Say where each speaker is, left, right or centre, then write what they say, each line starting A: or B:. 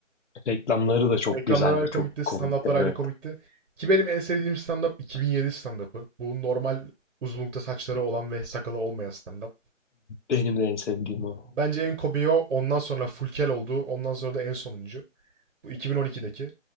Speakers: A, on the left; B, on the right.
A: reklamları da çok
B: Reklamlar
A: güzel
B: ayrı
A: ve çok
B: komikti, stand-up'lar
A: komikti evet.
B: ayrı komikti. Ki benim en sevdiğim stand-up 2007 stand-up'ı. Bu normal uzunlukta saçları olan ve sakalı olmayan stand-up.
A: Benim de en sevdiğim o.
B: Bence en komiği o. Ondan sonra Fulkel oldu. Ondan sonra da en sonuncu. Bu 2012'deki.